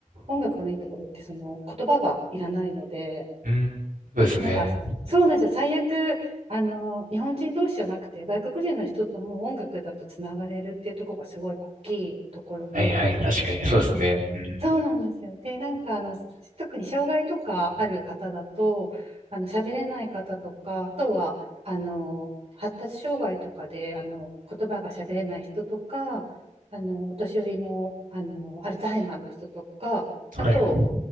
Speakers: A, on the right; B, on the right.
A: 音楽のいいところって、その言葉がいらないので、
B: うんそうですね。
A: なんか、そうなんですよ。最悪、あの、日本人同士じゃなくて、外国人の人とも音楽だとつながれるっていうところがすごい大きいところで、
B: はいはい。確かに、そうですね。うん。
A: そうなんですよ。で、なんかあの特に障害とかある方だと、あの喋れない方とか、あとはあの発達障害とかであの言葉が喋れない人とか、あのお年寄りの、あのアルツハイマーの人とか、あと
B: はい。